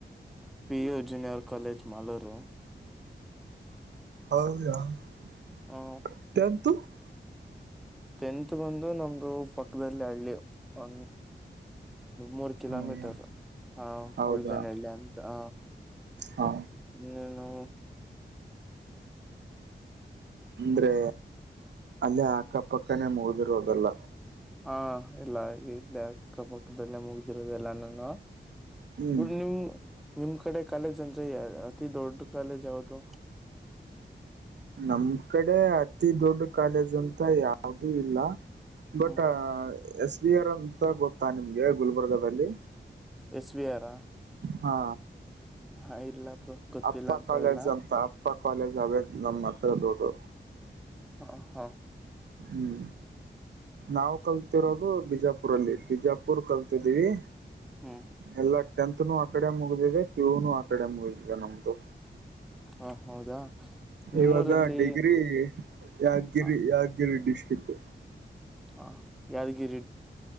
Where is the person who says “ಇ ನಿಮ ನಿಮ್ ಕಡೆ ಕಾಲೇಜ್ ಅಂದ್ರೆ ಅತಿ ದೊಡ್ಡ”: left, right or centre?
Centre